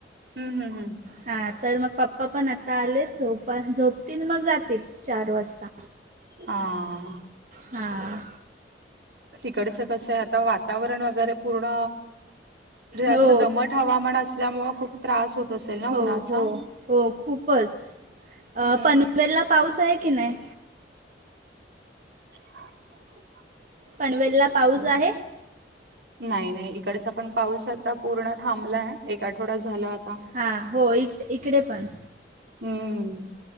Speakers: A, on the right; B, on the right.
A: हम्म हम्म हम्म.
B: हा तर मग पप्पा पण आता आले झोपा झोपतील मग जातील चार वाजता.
A: आ
B: हां.
A: तिकडचं कसं आहे आता वातावरण वगैरे पूर्ण जास्त
B: हो
A: दमट हवामान असल्यामुळं खूप त्रास होत असेल ना
B: हो
A: उन्हाचा
B: हो हो खूपच अ,
A: हम्म.
B: पनवेलला पाऊस आहे की नाही?
A: <inaudible>
B: पनवेलला पाऊस आहे?
A: नाही-नाही इकडचा आपण पाऊस आता पूर्ण थांबलाय एक आठवडा झाला आता.
B: हा हो इत इकडे पण.
A: हम्म